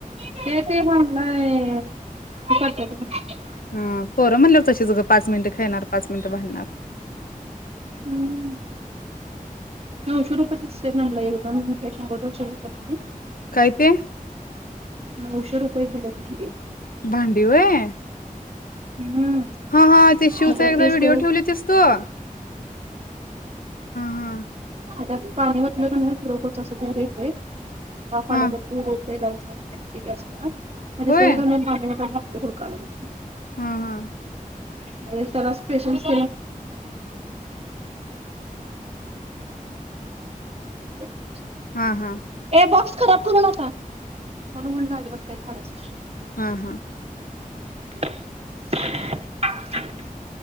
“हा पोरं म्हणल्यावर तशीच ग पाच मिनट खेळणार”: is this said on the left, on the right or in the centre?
Left